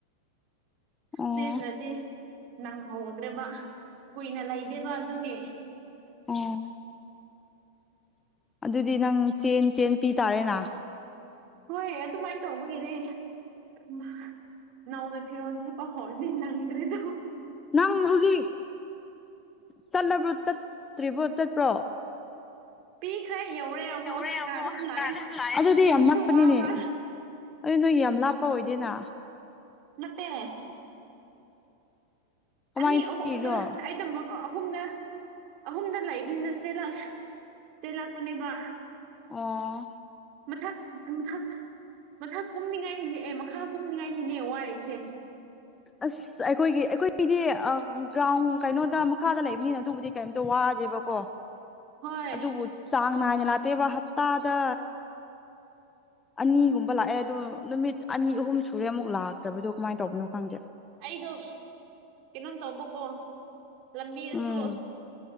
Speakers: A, on the left; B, on the right.
A: ꯑꯣ
B: ꯆꯦꯟꯗ꯭ꯔꯥꯗꯤ ꯅꯪꯍꯧꯗ꯭ꯔꯦꯕ ꯀꯨꯏꯅ ꯂꯩꯗꯦꯕ ꯑꯗꯨꯒꯤ
A: ꯑꯣ ꯑꯗꯨꯗꯤ ꯅꯪ ꯆꯦꯟ ꯆꯦꯟ ꯄꯤ ꯇꯥꯔꯦꯅ
B: ꯍꯣꯏ ꯑꯗꯨꯃꯥꯏꯟ ꯇꯧꯕꯒꯤꯅꯤ ꯏꯃꯥ ꯅꯧꯅ ꯐꯤꯔꯣꯟ ꯁꯦꯠꯄ ꯍꯧꯔꯅꯤ ꯅꯪꯗ꯭ꯔꯦꯗꯣ
A: ꯅꯪ ꯍꯧꯖꯤꯛ ꯆꯠꯂꯕ꯭ꯔꯣ ꯆꯠꯇ꯭ꯔꯤꯕꯣ ꯆꯠꯄ꯭ꯔꯣ
B: ꯄꯤꯈ꯭ꯔꯦ ꯌꯧꯔꯦ ꯑꯃꯨꯛ
A: ꯌꯧꯔꯦ
B: ꯀꯥꯗ
A: ꯑꯃꯨꯛ ꯇꯥꯜꯂ ꯂꯥꯛꯑꯦ ꯑꯗꯨꯗꯤ
B: ꯀꯌꯥꯃꯨꯛꯁꯨ
A: ꯌꯥꯝ ꯅꯛꯄꯅꯤꯅꯦ
B: ꯋꯥꯕ꯭ꯔꯥ
A: ꯑꯗꯨ ꯅꯣꯏ ꯌꯥꯝ ꯂꯥꯞ ꯄ ꯑꯣꯏꯗꯦꯅ
B: ꯅꯠꯇꯦ
A: ꯀꯃꯥꯏꯅ
B: ꯑꯅꯤ ꯑꯍꯨꯝꯗꯣ
A: ꯄꯤꯔꯤꯅꯣ
B: ꯑꯩꯗꯥ ꯃꯛ ꯑꯣ ꯑꯍꯨꯝꯗꯥ ꯑꯍꯨꯝꯗꯥ ꯂꯩꯕꯅꯤꯅ ꯆꯦꯜꯂꯛ ꯆꯦꯜꯂꯛ ꯄꯅꯦꯕ
A: ꯑꯣ
B: ꯃꯊꯛ ꯃꯊꯛ ꯃꯊꯛ ꯀꯨꯝꯅꯤꯡꯉꯥꯏꯅꯤꯅꯦ ꯑꯦ ꯃꯈꯥ ꯀꯨꯝꯅꯤꯡꯉꯥꯏꯅꯤꯅꯦ ꯋꯥꯔꯤꯁꯦ
A: ꯑꯁ ꯑꯩꯈꯣꯏꯒꯤ ꯑꯩꯈꯣꯏꯒꯤꯗꯤ ꯑꯝ ꯒ꯭ꯔꯥꯎꯟ ꯀꯩꯅꯣꯗ ꯃꯈꯥꯗ ꯂꯩꯕꯅꯤꯅ ꯑꯗꯨꯕꯨꯗꯤ ꯀꯩꯝꯇꯥ ꯋꯥꯗꯦꯕꯀꯣ
B: ꯍꯣꯏ
A: ꯑꯗꯨꯕꯨ ꯆꯥꯡ ꯅꯥꯏꯅ ꯂꯥꯛꯇꯦꯕ ꯍꯞꯇꯥꯗ ꯑꯅꯤꯒꯨꯝꯕ ꯂꯥꯛꯑꯦ ꯑꯗꯣ ꯅꯨꯃꯤꯠ ꯑꯅꯤ ꯑꯍꯨꯝ ꯁꯨꯔꯦ ꯑꯃꯨꯛ ꯂꯥꯛꯇꯕꯗꯣ ꯀꯃꯥꯏꯟ ꯇꯧꯕꯅꯣ ꯈꯪꯗꯦ
B: ꯑꯩꯗꯣ ꯀꯩꯅꯣꯝ ꯇꯧꯕꯀꯣ ꯂꯝꯕꯤꯗꯥꯁꯨ
A: ꯎꯝ